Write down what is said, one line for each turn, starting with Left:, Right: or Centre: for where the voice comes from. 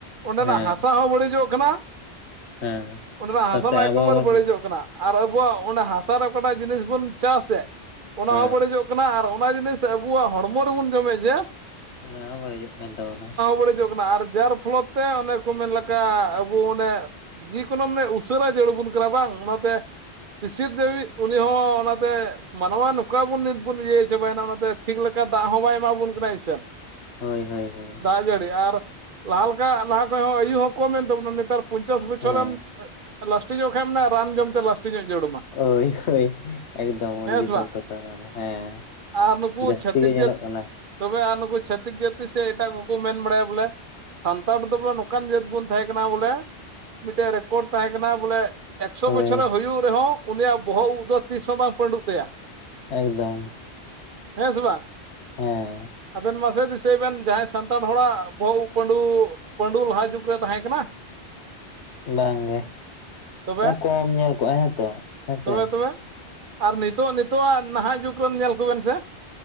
Right: ᱚᱸᱰᱮᱱᱟᱜ
Left: ᱦᱮᱸ
Right: ᱦᱟᱥᱟ ᱦᱚᱸ ᱵᱟᱹᱲᱤᱡᱚᱜ ᱠᱟᱱᱟ᱾
Left: ᱦᱮᱸ
Right: ᱚᱸᱰᱮᱱᱟᱜ
Left: ᱥᱟᱛᱮ
Right: ᱦᱟᱥᱟ ᱢᱟ ᱮᱠᱫᱚᱢ
Left: ᱟᱵᱚ
Right: ᱟᱨ
Left: ᱵᱚᱱ
Right: ᱵᱟᱹᱲᱤᱡᱚᱜ ᱠᱟᱱᱟ᱾ ᱟᱨ ᱟᱵᱚᱣᱟᱜ ᱚᱸᱰᱮ ᱦᱟᱥᱟ ᱨᱮ ᱚᱠᱟᱴᱟᱜ ᱡᱤᱱᱤᱥ ᱵᱚᱱ ᱪᱟᱥ ᱮᱫ ᱚᱱᱟ
Left: ᱦᱮᱸ
Right: ᱦᱚᱸ ᱵᱟᱹᱲᱤᱡᱚᱜ ᱠᱟᱱᱟ, ᱠᱟᱱᱟ ᱟᱨ ᱚᱱᱟ ᱡᱤᱱᱤᱥ ᱟᱵᱩᱣᱟᱜ ᱦᱚᱲᱢᱚ ᱨᱮᱵᱚᱱ ᱡᱚᱢᱮᱫ ᱡᱮ,
Left: ᱚᱱᱟ ᱦᱚᱸ ᱵᱟᱹᱲᱤᱡᱚᱜ ᱠᱟᱱ ᱛᱟᱵᱚᱱᱟ᱾
Right: ᱵᱟ. ᱲᱤᱡᱚᱜ ᱠᱟᱱᱟ ᱟᱨ ᱡᱟᱦᱟᱸ ᱨᱮ ᱯᱷᱚᱞᱳᱯ ᱛᱮ ᱚᱱᱮ ᱠᱚ ᱢᱮᱱ ᱞᱮᱠᱟ ᱟᱵᱚ ᱚᱱᱮ ᱡᱤ ᱠᱚᱞᱳᱢ ᱢᱟᱱᱮ ᱩᱥᱟᱹᱨᱟᱭ ᱡᱟᱹᱨᱩᱲ ᱟᱵᱚᱱ ᱠᱟᱱᱟ ᱵᱟᱝ ᱚᱱᱟᱛᱮ ᱥᱤᱥᱤᱨ ᱠᱟ. ᱣᱤᱡ ᱩᱱᱤ ᱦᱚᱸ ᱚᱱᱟᱛᱮ ᱢᱟᱱᱣᱟ ᱱᱚᱝᱠᱟ ᱵᱚᱱ ᱱᱤᱛ ᱵᱚᱱ ᱤᱭᱟᱹ ᱪᱟᱵᱟᱭᱮᱱᱟ ᱚᱱᱟᱛᱮ ᱴᱷᱤᱠ ᱞᱮᱠᱟ ᱫᱟᱜ ᱦᱚᱸ ᱵᱟᱭ ᱮᱢᱟ ᱟᱵᱚᱱ ᱠᱟᱱᱟ ᱟ. ᱭᱥᱟ. ᱱ᱾
Left: ᱦᱚᱭ ᱦᱚᱭ ᱦᱚᱭ
Right: ᱫᱟᱜ ᱡᱟᱹᱲᱤ ᱟᱨ ᱞᱟᱦᱟ ᱞᱮᱠᱟ ᱞᱟᱦᱟ ᱠᱷᱚᱧᱡ ᱦᱚᱸ ᱟᱹᱭᱩ ᱦᱚᱸ ᱠᱚᱢ ᱮᱱ ᱛᱟᱵᱚᱱᱟ ᱱᱮᱛᱟᱨ ᱯᱚᱧᱪᱟᱥ ᱵᱚᱪᱷᱚᱨ
Left: ᱦᱮᱸ
Right: ᱮᱢ ᱞᱟᱥᱴᱤᱝ ᱚᱜ ᱠᱷᱟᱡ ᱮᱢ ᱢᱮᱱᱟ ᱨᱟᱱ ᱡᱚᱢᱛᱮ ᱞᱟᱥᱴᱤᱸᱜᱚᱜ ᱡᱟᱹᱨᱩᱲ ᱟᱢᱟ᱾
Left: ᱚᱭ ᱦᱚᱭ ᱮᱠᱫᱚᱢ ᱟ. ᱰᱤ ᱡᱚᱛᱷᱟᱛ
Right: ᱥᱮ ᱵᱟᱝ
Left: ᱠᱟᱛᱷᱟ ᱱᱚᱶᱟ ᱫᱚ ᱦᱮᱸ
Right: ᱟᱨ ᱱᱩᱠᱩ
Left: ᱡᱟᱹᱥᱛᱤ
Right: ᱪᱷᱟᱹᱛᱤᱠ
Left: ᱜᱮ ᱧᱮᱞᱚᱜ
Right: ᱡᱟᱹᱛ
Left: ᱠᱟᱱᱟ᱾
Right: ᱛᱚᱵᱮ ᱟᱨ ᱱᱩᱠᱩ ᱪᱷᱟᱹᱛᱤᱠ ᱡᱟᱹᱛᱤ ᱥᱮ ᱮᱴᱟᱜ ᱠᱚᱠᱚ ᱢᱮᱱ ᱵᱟᱲᱟᱭᱟ ᱵᱚᱞᱮ᱾ ᱥᱟᱱᱛᱟᱲ ᱫᱚ ᱵᱚᱞᱮ ᱱᱚᱝᱠᱟᱱ ᱡᱟᱹᱛ ᱵᱚᱱ ᱛᱟᱦᱮᱸ ᱠᱟᱱᱟ ᱵᱚᱞᱮ ᱢᱤᱫᱴᱮᱡ ᱨᱮᱠᱚᱨᱰ ᱛᱟᱦᱮᱸ ᱠᱟᱱᱟ ᱵᱚᱞᱮ ᱮᱠ ᱥᱚ
Left: ᱦᱳᱭ
Right: ᱵᱚᱪᱷᱚᱨ ᱮ ᱦᱩᱭᱩᱜ ᱨᱮᱦᱚᱸ ᱩᱱᱤᱭᱟᱜ ᱵᱚᱦᱚᱜ ᱩᱵ ᱫᱚ ᱛᱤᱥ ᱦᱚᱸ ᱵᱟᱝ ᱯᱟᱺᱰᱩᱜ ᱛᱟᱭᱟ᱾
Left: ᱮᱠᱫᱚᱢ,
Right: ᱦᱮᱸ ᱥᱮ ᱵᱟᱝ
Left: ᱦᱮᱸ,
Right: ᱟᱵᱮᱱ ᱢᱟ ᱥᱮ ᱫᱤᱥᱟᱹᱭ ᱵᱮᱱ ᱡᱟᱦᱟᱸᱭ ᱥᱟᱱᱛᱟᱲ ᱦᱚᱲ ᱟᱜ ᱵᱚᱦᱚᱜ ᱩᱵ ᱯᱟᱺᱰᱩ, ᱯᱟᱺᱰᱩ ᱞᱟᱦᱟ ᱡᱩᱜᱽ ᱨᱮ ᱛᱟᱦᱮᱸ ᱠᱟᱱᱟ᱾
Left: ᱵᱟᱝᱜᱮ,
Right: ᱛᱚᱵᱮ
Left: ᱠᱚᱢ ᱧᱮᱞ ᱠᱚᱜ-ᱟ ᱦᱮᱸᱛᱚ ᱦᱮᱸᱥᱮ
Right: ᱛᱚᱵᱮ ᱛᱚᱵᱮ ᱟᱨ ᱱᱤᱛᱚᱜ ᱱᱤᱛᱚᱜ ᱟᱜ ᱱᱟᱦᱟᱜ ᱡᱩᱜᱽ ᱨᱮᱱ ᱧᱮᱞ ᱠᱚᱵᱮᱱ ᱥᱮ,